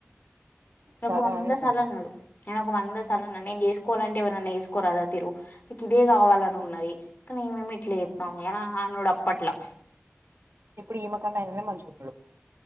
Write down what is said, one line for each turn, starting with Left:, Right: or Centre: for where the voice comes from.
Left: ఆయన
Right: చాలా
Left: ఒక వంద
Right: అనేసం
Left: సార్ల అన్నాడు ఆయన వంద సాల్ల అన్నాడు నేను చేసుకోవాలంటే ఎవరీ నన్నా చేసుకోరాదా తిరు మీకు ఇదే కావాలని ఉన్నది కానీ ఈమె ఇట్ల చేతంది అని అనుడు అప్పట్లా
Right: ఇప్పుడు ఇమే కన్న ఆయననే మంచిగున్నడు